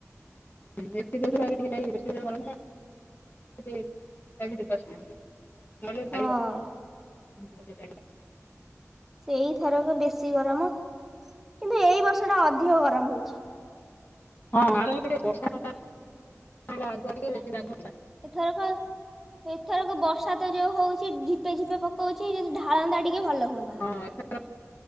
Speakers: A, on the left; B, in the centre.
A: <unintelligible> ଭାଇ
B: ହଁ।
A: <unintelligible>
B: ସେଇଥରକ ବେଶୀ ଗରମ କିନ୍ତୁ ଏଇ ବର୍ଷ ଟା ଅଧିକ ଗରମ ହଉଛି
A: ହଁ ଆର ଥର ଟିକେ ବର୍ଷା <unintelligible> ଆଗୁଆ ଟିକେ ବେଶି <unintelligible>
B: ଏଥରକ ଏଥରକ ବର୍ଷା ତ ଯୋଉ ହଉଛି ଝିପେ ଝିପେ ପକଉଛି ଯି ଢ଼ାଳନ୍ତା ଟିକେ ଭଲ ହୁଅନ୍ତା
A: ହଁ ଏଥର